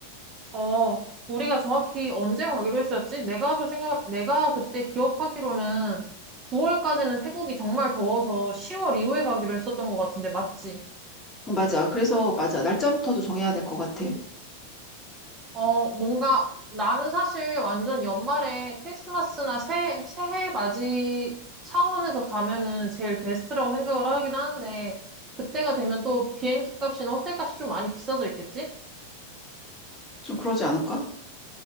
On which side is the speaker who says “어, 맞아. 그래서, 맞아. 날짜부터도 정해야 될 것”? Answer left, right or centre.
Left